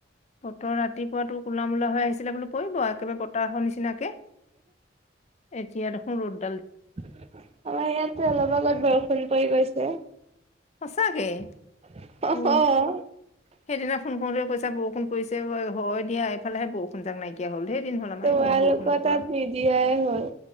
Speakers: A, on the left (about 35°); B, on the right (about 30°).
A: বতৰ ৰাতিপুৱাাতো কোলা মোলা হৈ আহিছিলে বো পৰিব একেবাৰে তৰ নিচিনাকে এতিয়া দেখোন ৰ'
B: আমাৰ ইয়াতে অলপ আগত বৰষুণ পৰি গৈছে।
A: সঁচাকে
B: আহ
A: অ সেইদিনা ফোন কৰোতে কৈা বৰষুণ পৰিছে হয় দিয়া এইফালেহে বৰষুণ যাক নাইকিয়া হ'ল ধঢৰ দিন হ'ল আমাৰ
B: তোমালোকৰ
A: এইফালে বৰষুণ নোপোৱা
B: তাত নিদিয়াই হ'ল